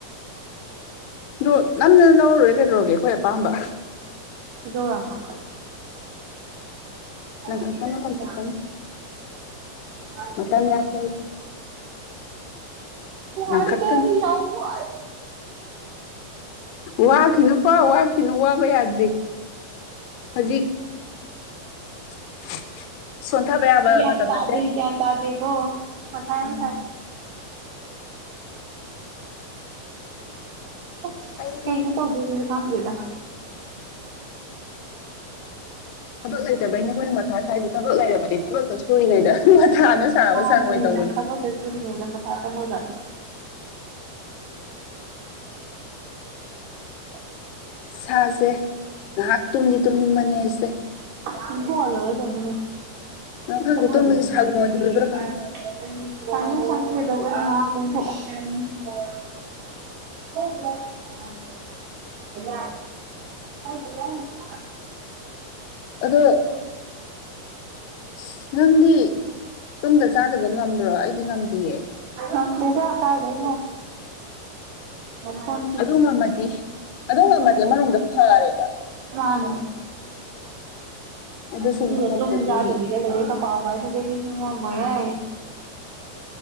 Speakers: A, on the left; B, on the right.
A: ꯑꯗꯣ ꯅꯝꯅꯅ ꯂꯧꯔ ꯂꯣꯢꯔꯦ ꯀꯩꯗꯧꯔꯒꯦ ꯑꯩꯈꯣꯏ ꯑꯄꯥꯝꯕ
B: ꯖꯔꯔꯅ ꯈꯜꯂꯦ <inaudible> ꯇ
A: ꯂꯪꯈꯠꯀꯅꯨ
B: ꯏꯇ
A: ꯂꯪꯈꯠꯀꯅꯨ
B: ꯆ ꯋꯥ
A: ꯃꯇꯝ ꯌꯥꯝ ꯂꯩ ꯂꯪꯈꯠꯀꯅꯨ
B: <inaudible> ꯑꯩ ꯌꯥꯝ ꯋꯥꯢꯗ ꯌꯥꯝ ꯋꯥꯢ
A: ꯋꯥꯈꯤꯅꯨꯀꯣ ꯋꯥꯈꯤꯅꯨ ꯋꯥꯕ ꯌꯥꯗ꯭ꯔꯤ ꯍꯧꯖꯤꯛ꯫ <unintelligible> ꯁꯣꯟꯊꯕ꯫ ꯌꯥꯕ
B: ꯒ꯭ꯌꯥꯟ
A: ꯃꯇꯝ
B: ꯇꯥꯗꯦ
A: ꯅꯠꯇꯦ
B: ꯀ꯭ꯌꯥꯟ ꯇꯥꯗꯦ ꯀꯣ ꯃꯊꯥ ꯌꯥꯝ
A: ꯎꯝ
B: ꯁꯥꯢ꯫ ꯑꯁ
A: ꯑꯩ
B: ꯀꯩꯩꯅꯣ ꯇꯧꯗꯨꯢꯁꯨ ꯈꯪꯗꯦꯗ꯫
A: ꯊꯕꯛ ꯂꯩꯇꯕꯩꯅꯦ ꯑꯩꯈꯣꯏꯅ ꯃꯊꯥ ꯁ꯭ꯋꯥꯏꯁꯦ ꯊꯕꯛ ꯂꯩꯔꯕꯅꯤ ꯊꯕꯛꯇ ꯁꯨꯔꯤꯉꯩꯗ꯫ ꯁꯥꯕ
B: ꯍ
A: ꯁꯪꯉꯣꯏ ꯇꯧꯕꯅꯤ
B: ꯈꯕꯔ ꯇ ꯁꯨꯇꯗ ꯃ ꯊꯥ ꯁꯪꯒꯣꯗ꯫ <inaudible> ꯁꯤ <inaudible>
A: ꯁꯥꯁꯦ ꯉꯥꯏꯍꯥꯛ ꯇꯨꯝꯗꯤ ꯇꯨꯝꯅꯤꯡꯕꯅꯦ ꯑꯩꯁꯦ
B: ꯇꯨꯝꯊꯣꯛꯑꯒ ꯂꯣꯏꯔꯦ
A: ꯅꯪ ꯈꯪꯗꯦ ꯇꯨꯝꯕꯁꯦ ꯁꯪꯉꯣꯏꯗꯣꯔꯤꯕ꯭ꯔꯥ
B: ꯀꯩꯅꯣꯅꯦ
A: ꯈꯪꯗꯦ
B: <unintelligible> <unintelligible> <unintelligible>
A: ꯑꯗꯣ ꯑꯁ ꯅꯪꯗꯤ ꯇꯨꯡꯗ ꯆꯥꯗꯕ ꯉꯝꯗ꯭ꯔꯣ ꯑꯩꯗꯤ ꯉꯝꯗꯦꯌꯦ
B: ꯅꯝꯗꯦꯗ ꯀꯥꯏꯗꯩꯅꯣ ꯫ ꯃꯐꯣꯟ
A: ꯑꯗꯨꯉꯝꯃꯗꯤ ꯑꯗꯨꯉꯝꯃꯗꯤ ꯑꯃꯔꯣꯝꯗ ꯐꯥꯔꯦꯕ
B: ꯃꯥꯟꯅꯦ
A: ꯑꯗꯨꯁꯨ
B: ꯑꯗꯨꯒ
A: ꯑꯃꯨꯛ ꯉꯝꯗꯕꯤ
B: ꯇꯨꯝꯆꯗꯕꯤ <unintelligible> ꯈꯪ ꯉꯝꯃꯣꯏꯌꯦ